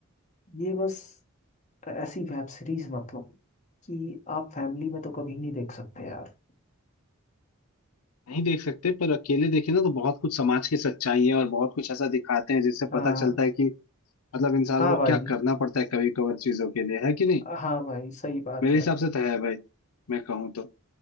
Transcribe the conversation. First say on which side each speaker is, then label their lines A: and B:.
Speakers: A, on the left; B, on the left.
A: ये बस ऐसी वेब सीरीज मतलब कि आप फैमिली में तो कभी नहीं देख सकते यार
B: नहीं देख सकते पर अकेले देखे ना तो बहुत कुछ समाज की सच्चाई है और बहुत कुछ ऐसा दिखाते हैं जिससे
A: हाँ
B: पता चलता है कि मतलब इंसान
A: हाँ
B: को
A: भाई
B: क्या करना पड़ता है कभी कभार चीजों के लिए है कि नहीं
A: हाँ भाई सही बात
B: मेरे
A: है
B: हिसाब से तो है भाई मैं कहूँ तो